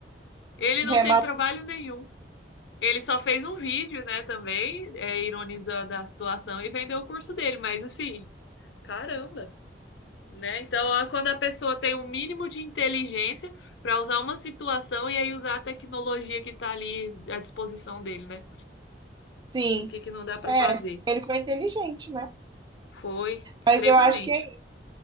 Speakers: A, on the left; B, on the right.
A: ele
B: É,
A: não teve
B: mas-
A: trabalho nenhum. Ele só fez um vídeo, né, também, é, ironizando a situação e vendeu o curso dele, mas assim, caramba, né? Então, ó, quando a pessoa tem um mínimo de inteligência para usar uma situação e aí usar a tecnologia que tá ali à disposição dele, né?
B: sim.
A: O que que não dá para
B: É,
A: fazer?
B: ele foi inteligente, né?
A: Foi, extremamente.
B: Mas eu acho que é, isso.